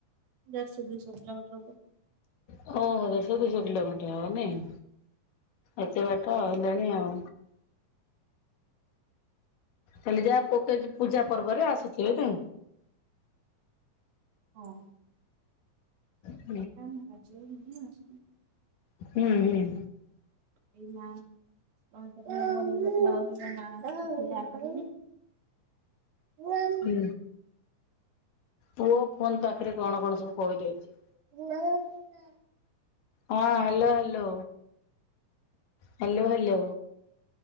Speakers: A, on the right; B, on the left.
A: ଦେଢ଼ସ ଦୁଇଶ ପିଲା <unintelligible>
B: ଓ ହୋ ଦେଢ଼ସ ଦୁଇଶହ କିଲୋମିଟର ହବ ନାଇଁ, ଏତେ ବାଟ ହେଲେଣି ଆଉ। ଖାଲି ଯାହା ପକେଇଚି ପୂଜା ପର୍ବରେ ଆସିଚି <unintelligible>
A: ହଁ।
B: ହ
A: <unintelligible>
B: ହୁଁ-ହୁଁ।
A: <inaudible> <inaudible>
B: ହୁଁ ପୁଅ ଫୋନ୍ ପାଖେରେ କଣ-କଣ ସବୁ କହିଦଉଚି।
A: <inaudible>
B: ହଁ ହାଲୋ ହାଲୋ। ହାଲୋ ହାଲୋ